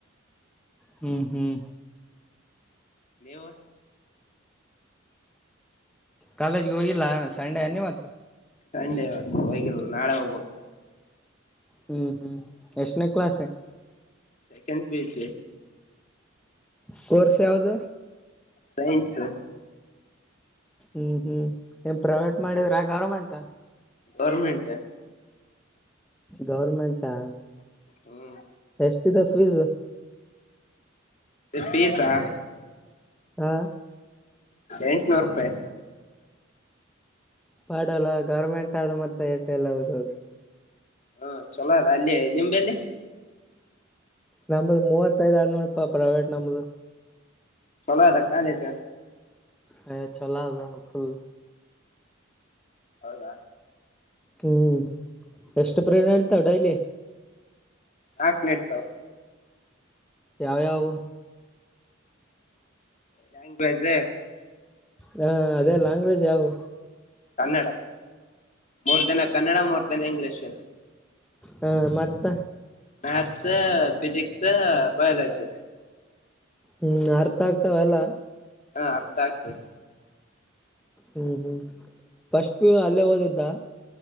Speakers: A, in the centre; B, on the left.
A: ಹ್ಮ್ ಹ್ಮ್.
B: ನೀವು
A: ಕಾಲೇಜ್ಗೆ ಹೋಗಿಲ್ಲ ಸಂಡೇನೀವತ್ತು
B: ಸಂಡೆ ಇವತ್ತು ಹೋಗಿಲ್ಲ ನಾಳೆ ಹೋಗ್ಬೇಕು
A: ಹ್ಮ್ ಹ್ಮ್ ಎಷ್ಟನೇ ಕ್ಲಾಸ್
B: ಸೆಕೆಂಡ್ ಪಿಯುಸಿ
A: ಕೋರ್ಸ್ ಯಾವ್ದ
B: ಸೈನ್ಸ್
A: ಹ್ಮ್ ಹ್ಮ್ ಏನ್ ಪ್ರೈವೇಟ್ ಮಾಡಿದ್ರಾ ಗೌರ್ಮೆಂಟ
B: ಗೌರ್ಮೆಂಟ್
A: ಗೌರ್ಮೆಂಟಾ
B: ಹ್ಮ್
A: ಎಷ್ಟ <unintelligible> ಸ್ಫವಿಿಸ <unintelligible>
B: ಪೀಸಾ
A: ಹ
B: ಎಂಟುನೂರೂಪಾಯಿ
A: ಪಾಡಲ್ಲ ಗೌರ್ಮೆಂಟ್ ಆದ ಮತ್ತೆ ಎಷ್ಟು ಎಲ್ಲ ಹೌದ್ ಹೌದು
B: ಹಾ ಚಲೋ ಅದ ಅಲ್ಲಿ ನಿಂಬೆಲ್ಲಿ
A: ನಮ್ದ ಮೂವತ್ತೈದ್ ಆದ ನೋಡಪಾ ಪ್ರೈವೇಟ್ ನಮ್ದ
B: ಚಲೋ ಅದಾ ಕಾಲೇಜ
A: ಹ ಚಲೊದಫುಲ್
B: ಹೌದಾ
A: ಹ್ಮ್ ಎಷ್ಟು ಪಿರಡಣಾಡಿತಾವ ಡೈಲಿ
B: ನಾಕು ನಿಡಿತಾವ
A: ಯಾವ್ಯಾವು
B: ಲ್ಯಾಂಗ್ವೇಜ
A: ಹಾ ಅದೇ ಲಾಂಗ್ವೇಜ್ ಯಾವು
B: ಕನ್ನಡ ಮೂರ್ ದಿನ ಕನ್ನಡ ಮೂರ್ ದಿನ ಇಂಗ್ಲೀಷ್
A: ಹಾ ಮತ್ತ
B: ಮ್ಯಾಥ್ಸ ಫಿಜಿಕ್ಸ್ ಬಯೋಲಜಿ
A: ಹ್ಮ್ ಅರ್ಥ ಆಗ್ತಾವೆಲ್ಲ
B: ಹಾ ಅರ್ಥ ಆಗ್ತವ್
A: ಹ್ಮ್ ಹ್ಮ್ ಫಸ್ಟ್ ಪಿಯು ಅಲ್ಲೇ ಒ ಇದಾ